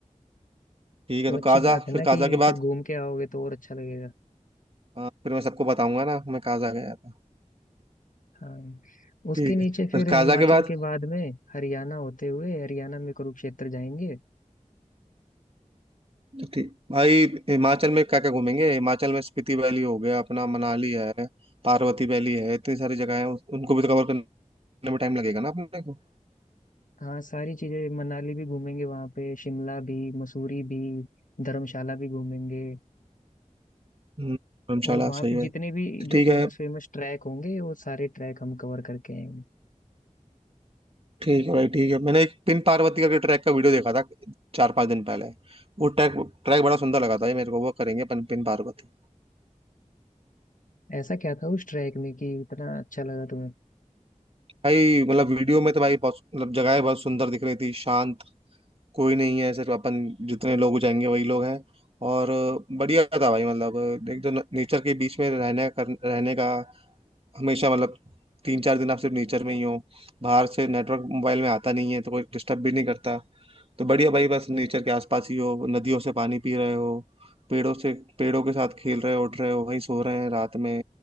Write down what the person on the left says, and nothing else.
तो
अच्छी
बात है
ना
कि
फिर
घूम के आओगे तो और अच्छा लगेगा
हाँ उसके
नीचे
फिर
हिमाचल
के बाद में हरियाणा होते हुए हरियाणा में कुरुक्षेत्र जाएंगे
हाँ सारी चीजें मनाली भी घूमेंगे वहाँ पे शिमला भी मसूरी भी धर्मशाला भी घूमेंगे
और वहाँ
पे
जितने
भी जो
फेमस
फेमस ट्रैक होंगे वो सारे ट्रैक हम कवर करके आएंगे
ऐसा क्या था उस ट्रैक में कि इतना अच्छा लगा तुम्हें